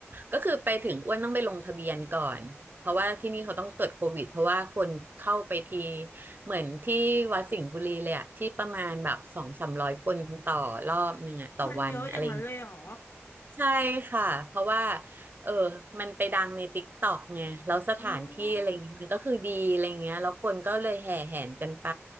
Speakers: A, on the right; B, on the left.
A: ก็คือไปถึงอ้วนต้องไปลงทะเบียนก่อนเพราะว่าที่นี่เขาต้องตรวจโควิดเพราะว่าคนเข้าไปทีเหมือนที่วัดสิงห์บุรีเลยอะที่ประมาณแบบสองสามร้อยคนต่อรอบหนึ่งอะต่อวันอะไรอย่างเงี้ย
B: คนเยอะอย่างนั้นเลยเหรอ
A: ใช่ค่ะเพราะว่าเออมันไปดังในติ๊กต็อกไงแล้วสถานที่อะไรอย่างเงี้ยมันก็คือดีอะไรอย่างเงี้ยแล้วคนก็เลยแห่แหนกันไป
B: อ๋อ